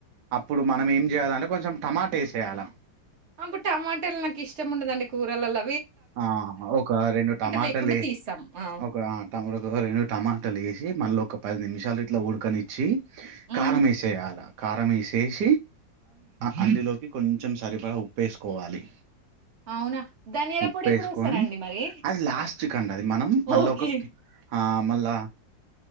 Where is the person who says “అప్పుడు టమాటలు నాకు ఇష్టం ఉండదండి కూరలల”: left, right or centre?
Right